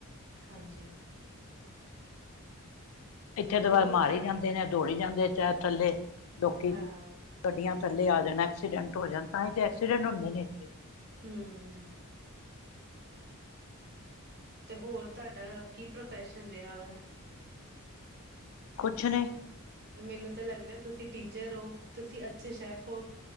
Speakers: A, on the right; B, on the left.
A: ਹਾਂਜੀ।
B: ਇੱਥੇ ਦਵਾਰ
A: ਤੇ ਹੋਰ
B: ਮਾਰੀ
A: ਤੁਹਾ
B: ਜਾਂਦੇ ਨੇ, ਦੌੜੀ ਜਾਂਦੇ ਚਾਹ ਥੱਲੇ, ਲੋਕੀ
A: ਹਾਂ
B: ਗੱਡੀਆਂ ਥੱਲੇ ਆ ਜਾਣ ਐਕਸੀਡੈਂਟ ਹੋ ਜਾਣ ਤਾਂ ਈ ਤੇ ਐਕਸੀਡੈਂਟ ਹੁੰਦੇ ਨੇ ਇੱਥੇ
A: ਹੂੰ ਤੇ ਹੋਰ ਤ੍ਹ‌ਾਡਾ ਕੀ ਪ੍ਰੋਫੈਸ਼ਨ ਰਿਆ ਵੇ?
B: ਕੁਛ ਨ‌ਈ।
A: ਮੈਨੂੰ ਤਾਂ ਲੱਗ ਰਿਆ ਤੁਸੀਂ ਟੀਚਰ ਓ, ਤੁਸੀਂ ਅੱਛੇ ਸ਼ੈੱਫ ਓ।